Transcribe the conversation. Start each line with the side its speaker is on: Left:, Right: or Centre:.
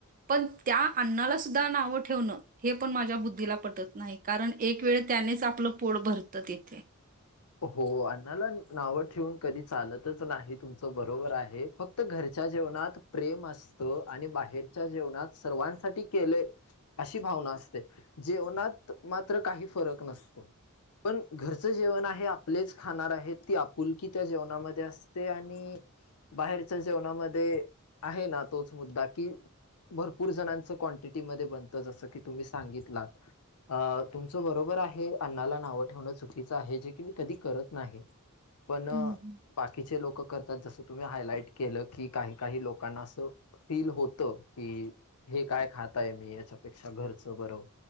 Right: पण त्या अन्नाला सुद्धा नावं ठेवणं हे पण माझ्या बुद्धीला पटत नाही कारण एक वेळ त्यानेच आपलं पोट भरतं तिथे.
Left: हो अन्नाला नावं ठेवून कधी चालतच नाही तुमचं बरोबर आहे. फक फक्त घरच्या जेवणात प्रेम असतं आणि बाहेरच्या जेवणात सर्वांसाठी केलय अशी भावना असते. जेवणात मात्र काही फरक नसतो. पण घरचं जेवण आहे. हे आपलेच खाणार आहेत ती आपुलकी त्या जेवणामध्ये असते. आणि बाहेरच्या जेवणामध्ये आहे ना तोच मुद्दा की भरपूर जणांचं क्वांटिटी मध्ये बनतं जसं की तुम्ही सांगितलात. अ तुमचं बरोबर आहे अन्नाला नावं ठेवणं चुकीचं आहे. जे की मी कधी करत नाही, पण
Right: हम्म, हम्म.
Left: बाकीचे लोकं करतात जसं तुम्ही हायलाइट केलं की काही काही लोकांना असं फील होतं की हे काय खात आहे मी याच्यापेक्षा घरचं बरं.